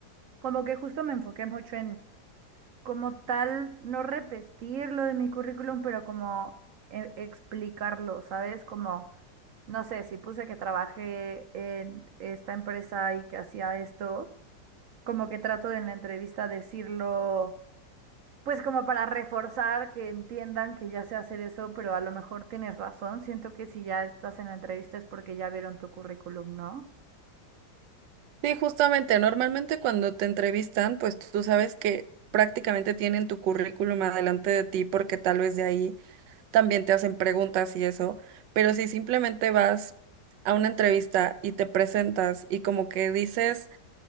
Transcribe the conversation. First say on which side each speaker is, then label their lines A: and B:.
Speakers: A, on the right; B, on the right.
A: como que justo me enfoqué mucho en como tal, no repetir lo de mi currículum, pero como e- explicarlo, ¿sabes? Como, no sé, si puse que trabajé en esta empresa y que hacía esto, como que trato de en la entrevista decirlo, pues como para reforzar que entiendan que ya sé hacer eso, pero a lo mejor tienes razón. Siento que si ya estás en la entrevista es porque ya vieron tu currículum, ¿no?
B: Sí, justamente, normalmente cuando te entrevistan, pues tú sabes que prácticamente tienen tu currículum adelante de ti porque tal vez de ahí también te hacen preguntas y eso, pero si simplemente vas a una entrevista y te presentas y como que dices